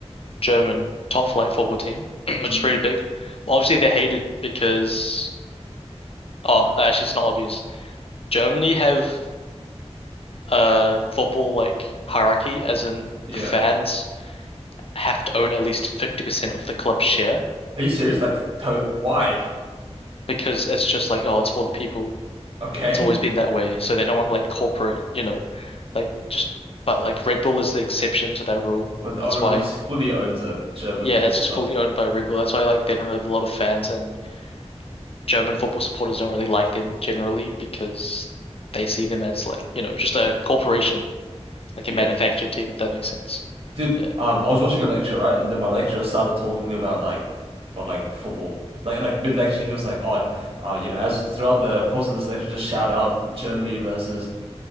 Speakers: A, on the left; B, on the right.
A: German top flight football team, <clears throat> which
B: hmm
A: is pretty big. Obviously, they're hated because. Oh, uh, actually, it's not obvious. Germany have a football like hierarchy, as in
B: Yeah.
A: the fans have to own at least 50% of the club share
B: Are you serious? Like to why?
A: because it's just like, oh, it's for the people.
B: <laughs> Okay.
A: It's always been that way. So they don't want like corporate, you know, like just, but like Red Bull is the exception to that rule.
B: Well, the
A: That's
B: Oreo
A: why,
B: just fully owns a German
A: yeah,
B: football
A: it's just
B: club.
A: fully owned by Red Bull. That's why like they don't really have a lot of fans and German football supporters don't really like them generally because they see them as like, you know, just a corporation like
B: Yeah.
A: a manufactured team, if that makes sense.
B: Dude,
A: Yeah.
B: um, I was watching a lecture, right? And then my lecturer started talking about like, about like football. Like, like mid lecture, he was like, "Oh, uh, you know, as throughout the course of this lecture, just shout out Germany versus